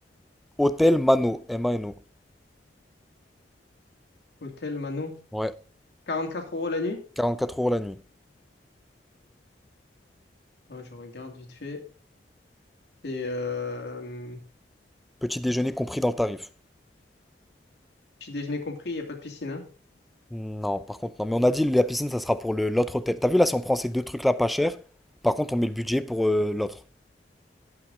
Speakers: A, in the centre; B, on the left.
A: Hôtel Mano, M-A-N-O.
B: Hôtel Manon.
A: Ouais,
B: quarante quatre euros la nuit?
A: quarante-quatre euros la nuit.
B: Attends, je regarde vite fait. C'est. Euh...
A: Petit déjeuner compris dans le tarif.
B: Petit déjeuner compris, il n'y a pas de piscine, hein?
A: Non, par contre, non. Mais on a dit la piscine, ça sera pour le l'autre hôtel. T'as vu là, si on prend ces deux trucs-là pas cher, par contre, on met le budget pour euh, l'autre.